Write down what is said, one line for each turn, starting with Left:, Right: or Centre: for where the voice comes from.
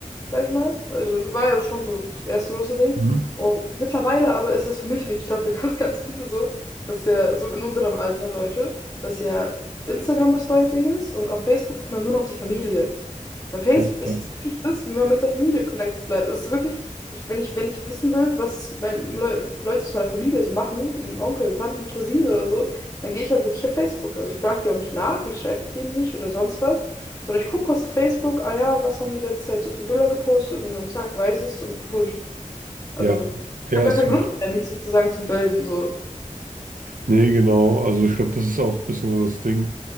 Left: sag ich mal. Also war ja schon so das erste große Ding.
Right: Mhm.
Left: Und mittlerweile aber ist es für mich, und ich glaube für <laughs> ganz, ganz viele so, dass ja so in unserem Alter Leute, dass ja Instagram das neue Ding ist und auf Facebook hat man nur noch die Familie. Weil Facebook
Right: Ja,
Left: ist
Right: ja,
Left: jetzt wirklich das, wie man mit der Familie connected bleibt. Es ist wirklich, ich, wenn ich, wenn ich wissen will, was mein, Leu- Leute aus meiner Familie so machen, um Onkel, Tanten, Cousinen oder so, dann gehe ich halt wirklich auf Facebook. Also ich frage die auch nicht nach, ich schreibe denen nicht oder sonst was, sondern ich gucke kurz auf Facebook, ah ja, was haben die letzte Zeit so für Bilder gepostet und dann zack, weiß ich's und gut.
Right: ja,
Left: Also
Right: ja,
Left: ich habe gar
Right: ist,
Left: keinen Grund mehr, mich sozusagen zu melden. So.
Right: nee, genau. Also ich glaube, das ist auch ein bisschen so das Ding.